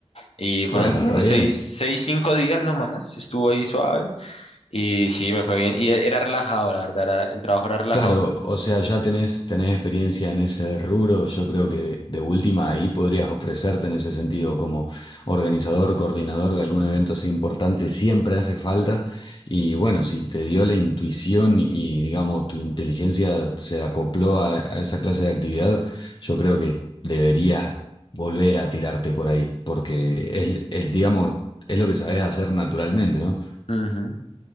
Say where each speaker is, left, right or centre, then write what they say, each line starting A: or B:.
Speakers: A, on the left; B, on the left.
A: Y fueron
B: bueno,
A: como
B: re
A: seis,
B: bien.
A: seis, cinco días nomás, estuvo ahí suave. Y sí, me fue bien. Y e- era relajado, la verdad, era- el trabajo era relajado.
B: Claro, o sea, ya tenés, tenés experiencia en ese rubro, yo creo que de última ahí podrías ofrecerte en ese sentido como organizador, coordinador de algún evento así importante, siempre hace falta. Y bueno, si te dio la intuición y digamos tu inteligencia se acopló a, a esa clase de actividad, yo creo que deberías volver a tirarte por ahí, porque es, es, digamos, es lo que sabes hacer naturalmente, ¿no?
A: Ujú.